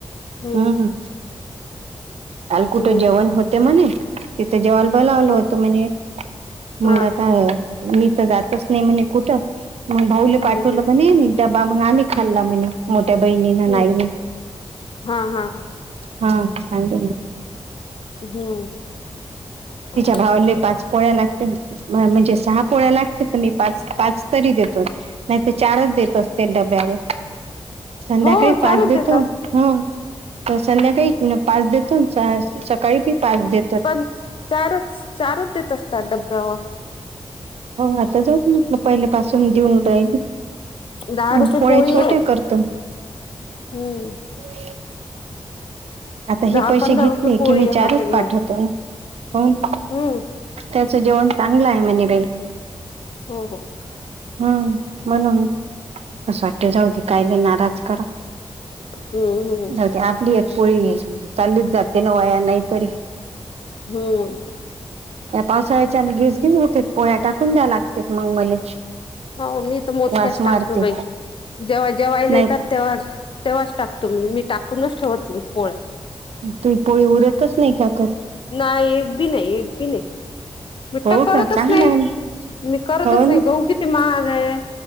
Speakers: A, on the left; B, on the right.
A: हम्म
B: हं हं. कुठं
A: हम्म
B: जेवाण होते म्हणे. तिथं जेवाल बोलावल
A: हा
B: होतं म्हणे, मग
A: हा
B: आता मी तर जातच नाही म्हणे कुठं, मग भाऊले
A: हम्म
B: पाठवलं
A: हम्म
B: म्हणे मी. डबा मग आम्ही खाल्ला म्हणे. मोठ्या बहिणी नाही
A: हम्म
B: म्हणे,
A: हा हा
B: हा सांगते म्हणे.
A: हम्म <inaudible>
B: भावले पाच पोळ्या लाटते ना. म्हणजे सहा पोळ्या लागते, तर मी पाच पाच तरी देतो. नाही त चारच देत असते डब्यावर संध्याकाळी
A: हो
B: पाच
A: चारच
B: देतो.
A: देतात
B: हम्म तर संध्याकाळी न पाच देतो सकाळी भी पाच दे
A: पण चारच चारच देत असतात डब्यावर.
B: हो आता जाऊत मत तो पहिले पासून देऊन राहीली
A: दहा
B: आणि
A: रुपये
B: पोळ्या
A: पोळी
B: छोट्या
A: आहे
B: करतो मी.
A: हम्म.
B: <unintelligible> आता हे
A: दहा
B: पैसे
A: पंधरा
B: घेतले,
A: रुपये पोळी
B: की मी
A: आहे
B: चारच
A: हॉटेलमध्ये
B: पाठवतो. हम्म
A: हम्म
B: त्याचं जेवण चांगलं आहे म्हने बार्ई.
A: हो हो.
B: हम्म म्हणून असं वाटते जाऊ दे कायले नाराज करा.
A: हम्म हम्म
B: जाऊदे आपली एक चाल्लीच जाते ना वाया नाहीतरी
A: हम्म.
B: या पावसाळ्याच्यान घीसघीस होत पोळ्या टाकून द्याव लागत मग मले.
A: हो मी तर मोजक्याच
B: वास मारते
A: टाकतो बाई जेव्हा जेवाईला
B: नाही
A: येतात तेव्हा तेव्हाच टाकतो मी मी टाकूनच ठेवत नाही पोळ्या.
B: तूई पोळी उरतच नाही काकर.
A: नाय एक बी नाही एक बी नाही. मी
B: हो
A: त करतच
B: का चांगला
A: नाही
B: आहे ना.
A: मी करतच
B: हो
A: नाही
B: ना
A: गहू किती महाग आहे.